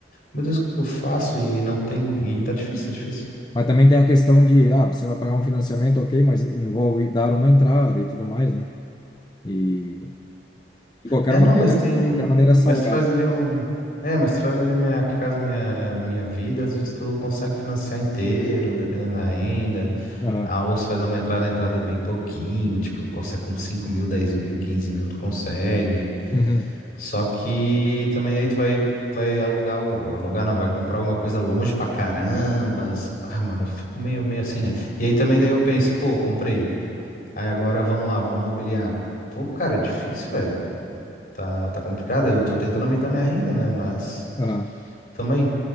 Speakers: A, on the left; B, on the left.
A: Meu Deus, o que que eu faço? E não tem. E tá difícil, tá difícil.
B: Mas também tem a questão de, ah, você vai pagar um financiamento, ok, mas envolve dar uma entrada e tudo mais, né? E de qualquer
A: É,
B: maneira,
A: não, mas tem.
B: de qualquer maneira é salgado.
A: Mas tu faz ali um. É, mas tu faz ali minha casa, minha, minha vida, às vezes tu consegue financiar inteiro, dependendo da renda.
B: Aham.
A: A ouça vai dar uma entrada, a entrada é bem pouquinho, tipo, consegue com cinco mil, dez mil, quinze mil, tu consegue.
B: Uhum.
A: Só que também aí tu vai, vai alugar, algo- alugar não, vai comprar alguma coisa longe pra carambas. Ah, mano, eu fico meio, meio assim, né? E aí também daí eu penso, pô, comprei. Aí agora vamos lá, vamos mobiliar. Pô, cara, é difícil, velho. Tá, tá complicado. Eu tô tentando aumentar minha renda, né? Mas
B: Aham.
A: tamo aí.